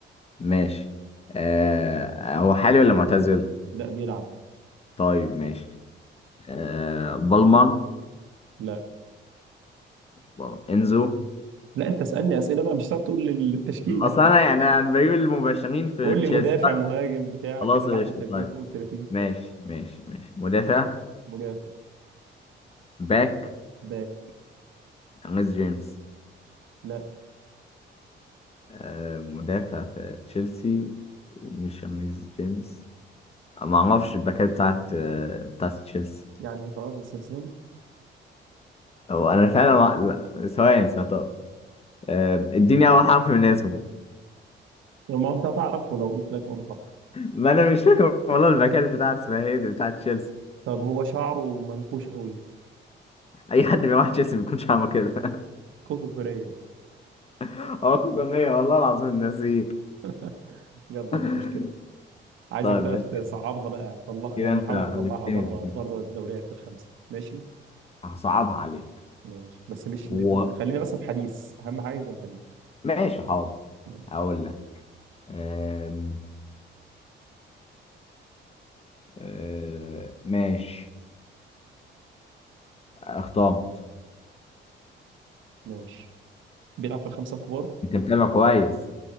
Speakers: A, on the left; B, on the right.
A: ماشي آه، هو حالي ولا معتزل؟
B: لا بيلعب
A: طيب ماشي آه، بالمر
B: لا
A: بالمر. إنزو
B: لا انت اسالني اسئله بقى مش هتقعد تقول التشكيله
A: أصلا أنا يعني أنا بجيب المباشرين في
B: قول
A: تشيلسي
B: لي مدافع
A: طيب
B: مهاجم بتاع
A: خلاص
B: كده تحت
A: قشطة
B: ال 30
A: طيب
B: فوق ال 30
A: ماشي ماشي ماشي مدافع
B: مدافع
A: باك
B: باك
A: ريس جيمس
B: لا
A: آه، مدافع في تشيلسي ومش ريس جيمس ما اعرفش الباكات بتاعت بتاعت تشيلسي
B: يعني خلاص بس السن
A: او انا فعلا ما... لا ثواني ثواني آه، اديني اول حرف من اسمه <laughs>
B: ما انت هتعرفه لو قلت لك اول حرف
A: ما انا مش فاكر والله الباكات بتاعت اسمها ايه دي بتاعت تشيلسي
B: طب هو شعره منكوش قوي
A: اي حد بيروح تشيلسي بيكونش عامل كده
B: كوكو كوريا
A: <laughs> هو كوكونيه والله العظيم ناسيه
B: <laughs> يلا
A: <laughs>
B: مش مشكله عايزك
A: طيب
B: بقى
A: ماشي
B: تصعبها بقى طلع
A: كده
B: يعني
A: انت
B: حاول
A: غلبتني
B: تطلعها بره
A: في دي
B: بره الدوريات الخمسه ماشي
A: هصعبها عليك
B: ماشي بس مش
A: و...
B: م- خلينا بس في حديث اهم حاجه يكون حديث
A: ماشي حاضر
B: ماشي
A: هقول لك أم... أم... ماشي اخترت
B: ماشي بيلعب في الخمسه الكبار
A: انت متابع كويس